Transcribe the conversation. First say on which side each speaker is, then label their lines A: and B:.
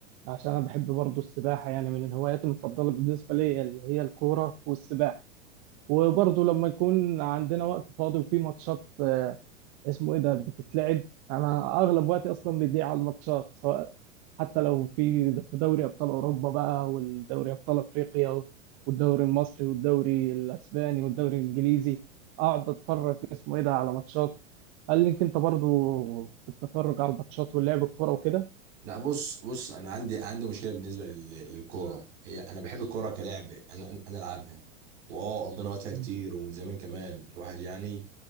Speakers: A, on the right (about 50°); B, on the right (about 75°).
A: عشان أنا بحب برضه السباحة يعني من الهوايات المفضلة بالنسبة لي اللي هي الكورة والسباحة وبرضه لما يكون عندنا وقت فاضي وفي ماتشات اسمه ايه ده بتتلعب انا اغلب وقتي اصلا بيضيع على الماتشات سواء حتى لو في في دوري ابطال اوروبا بقى والدوري ابطال افريقيا والدوري المصري والدوري الاسباني والدوري الانجليزي اقعد اتفرج اسمه ايه ده على ماتشات هل لك انت برضو بتتفرج على الماتشات ولعب الكوره وكده
B: لا بص بص انا عندي عندي مشكله بالنسبه لل- للكوره هي انا بحب الكوره كلعب انا انا العبها واه قضينا وقتها كتير
A: مم.
B: ومن زمان كمان الواحد يعني